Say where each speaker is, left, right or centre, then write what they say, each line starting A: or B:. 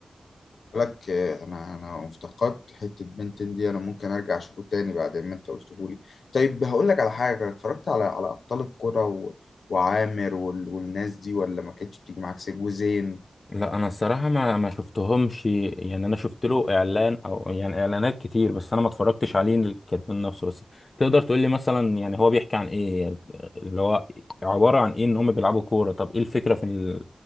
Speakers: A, on the left (about 80°); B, on the left (about 40°).
A: بالنسبة لك آه، انا انا افتقدت حتة بنتين دي انا ممكن ارجع اشوفه تاني بعد ما انت قلته لي طيب هقول لك على حاجة اتفرجت على على ابطال الكرة و- وعامر وال- والناس دي ولا ما كانتش بتيجي معاك سكة وزين
B: لا انا الصراحه ما ما شفتهمش يعني انا شفت له اعلان او يعني اعلانات كتير بس انا ما اتفرجتش عليه الكرتون نفسه بس تقدر تقول لي مثلا يعني هو بيحكي عن ايه اللي هو عباره عن ايه ان هم بيلعبوا كوره طب ايه الفكره في